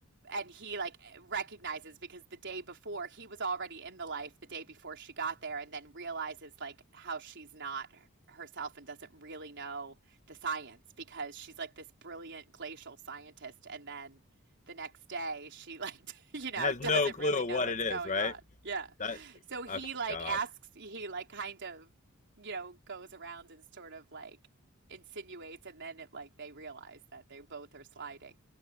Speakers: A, on the right; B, on the left.
A: And he like recognizes because the day before he was already in the life the day before she got there and then realizes like how she's not her- herself and doesn't really know the science because she's like this brilliant glacial scientist and then the next day she like <laughs> you know
B: has
A: doesn't
B: no clue
A: really
B: of
A: know
B: what
A: what's
B: it is,
A: going
B: right?
A: on. Yeah.
B: That,
A: So he
B: oh,
A: like
B: God.
A: asks he like kind of you know goes around and sort of like insinuates and then it like they realize that they both are sliding.